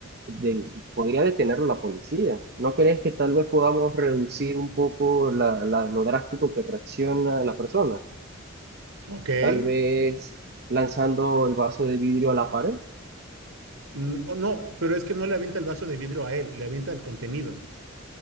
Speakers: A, on the right (about 50°); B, on the right (about 80°).
A: de- podría detenerlo la policía? ¿No crees que tal vez podamos reducir un poco la, la- lo drástico que reacciona la persona?
B: Ok.
A: Tal vez lanzando el vaso de vidrio a la pared.
B: Mm, o no, pero es que no le avienta el vaso de vidrio a él, le avienta el contenido,